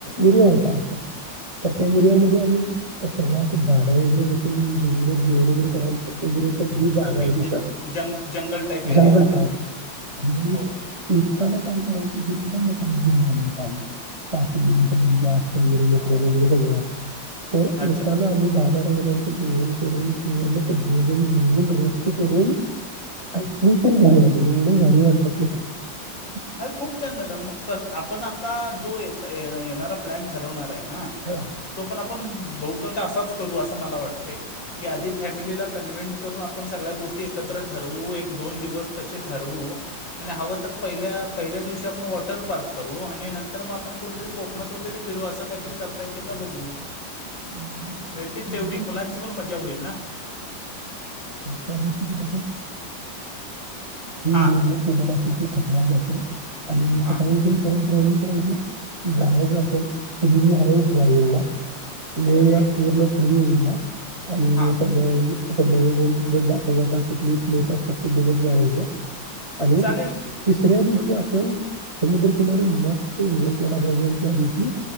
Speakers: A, on the right (about 15°); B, on the left (about 85°).
A: एरिया होता असा तर त्या एरियामध्ये आम्ही सगळा असं झाडा वगैरे बसून जेवढं जेवण वगैरेराच वगैरे <unintelligible> ी जागायरीच
B: ओके म्हणजे जंग जंगल टाइप
A: जंगल
B: एरिया होता.
A: आणि
B: ओके.
A: एक काय कराय सुद्धन गल होता आ <unintelligible> पा जास्त वगैरेल वगैरे सग <inaudible>
B: अच्छा.
A: येताना आम्ही दहा बारार्यंत <unintelligible> जवनून पूर्णव जव रून जडट
B: अरे! खूप छान झालं. मग आपण आता जो, येणारा प्लॅन ठरवणार.
A: हां
B: तो पण, आपण- बहुत, असाच करू असं. मला वाटते की, आधि फॅमिलीला कन्वेंट- करून, आपण सगळ्या गोष्टी, एकत्र ठरवू. एक, दोन दिवस तसे ठरवू. आणि हवं तर, पहिल्या- पहिल्या दिवशी आपण वॉटर पार्क करू, आणि नंतर मग, आपण कुठेतरी कोकणात वगैरे फिरू, असं काहीतरी करता येते का बघू.
A: <inaudible> बद्दल म्हणजे
B: ती तेवढी मुलांची पण मजा होईल ना
A: <unintelligible> त
B: हां
A: दोरदूर पला <unintelligible> क कला जच <unintelligible> आणि
B: हां
A: काही इथून करर्यंत रा <unintelligible> जाच असेल तुम आहे रा <inaudible> नव
B: ओके
A: या पूर्ण पुडवी <inaudible> ह <unintelligible> आणि
B: हां
A: सध्या. आता नवीन तिथ जाता जाता कुठली प्लेस असतात त बघत जायचं आणि
B: चालेल की
A: तिसऱ्या दिवशी
B: योग्य
A: आपण तुम तमारी मस्त वे त्या दिवसशी